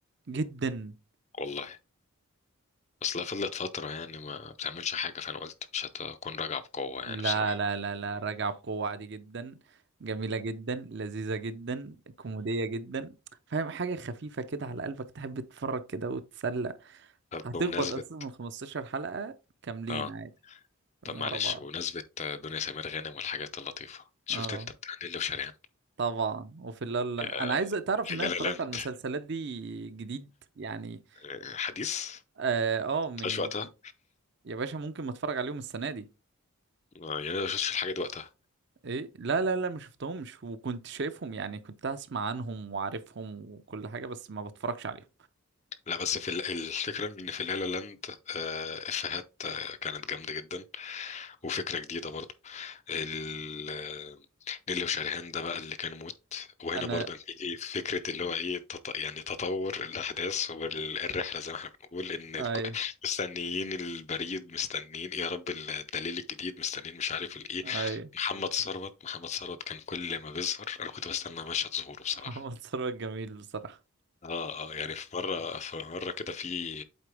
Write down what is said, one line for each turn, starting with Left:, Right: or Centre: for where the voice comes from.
Right: جدا
Left: والله اصلها فضلت فترة يعني ما بتعملش حاجة فأنا قلت مش هتكون راجعة بقوة يعني
Right: لا
Left: بصراحة
Right: لا لا لا راجعة بقوة عادي جدا جميلة جدا لذيذة جدا كوميدية جدا فاهم حاجة خفيفة كده على قلبك تحب تتفرج كده وتتسلى
Left: طب
Right: هتخبط
Left: بمناسبة
Right: أساسا 15 حلقة كاملين
Left: اه
Right: عادي فاهم
Left: طب معلش
Right: ورا بعض
Left: بمناسبة آه، دنيا سمير غانم والحاجات اللطيفة شفت
Right: اه
Left: انت بتاع نيللي وشريهان
Right: طبعا وفي الليل انا
Left: آه،
Right: عايز تعرف ان
Left: لا
Right: انا اتفرجت
Left: لا لاند
Right: على المسلسلات دي جديد يعني
Left: آه، حديث
Right: اه آه، من
Left: مش وقتها
Right: يا باشا ممكن ما اتفرج عليهم السنة دي
Left: آه، يعني أنا ما شفتش الحاجة دي وقتها
Right: ايه لا لا لا ما شفتهمش وكنت شايفهم يعني كنت اسمع عنهم وعارفهم وكل حاجة بس ما بتفرجش عليهم
Left: لا بس في ال- الفكرة ان في لا لا لاند آه، افيهات آه، كانت جامدة جدا وفكرة جديدة برضو ال- نيلي وشريهان ده بقى اللي كان موت وهنا
Right: انا
Left: برضه هتيجي فكرة اللي هو ايه تط... يعني تطور الأحداث والرحلة زي ما احنا بنقول إن
Right: اي
Left: ك- مستنيين البريد مستنيين إيه يا رب الدليل الجديد مستنيين مش عارف الإيه
Right: اي
Left: محمد ثروت محمد ثروت كان كل ما بيظهر أنا كنت بستنى مشهد ظهوره
Right: <laughs>
Left: بصراحة
Right: محمد ثروت جميل بصراحة
Left: اه اه يعني في مرة في مرة كده في